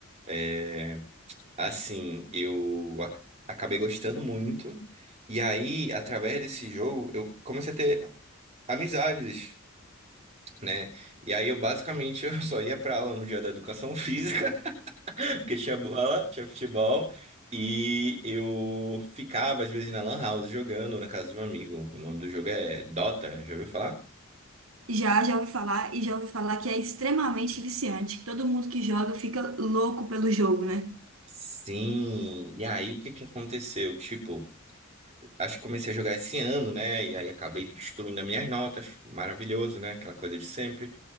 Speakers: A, on the right (about 30°); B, on the right (about 80°).
A: É, assim, eu ac- acabei gostando muito, e aí, através desse jogo, eu comecei a ter amizades, né? E aí, eu basicamente <laughs> eu só ia pra aula no dia da educação física, <laughs> porque tinha bola, tinha futebol. E eu ficava, às vezes, na Lan House jogando na casa de um amigo. O nome do jogo é Dota, já ouviu falar?
B: Já, já ouvi falar e já ouvi falar que é extremamente viciante. que Todo mundo que joga fica louco pelo jogo, né?
A: Sim, e aí o que que aconteceu? Tipo, Acho que comecei a jogar esse ano, né? E aí acabei destruindo as minhas notas. Maravilhoso, né? Aquela coisa de sempre.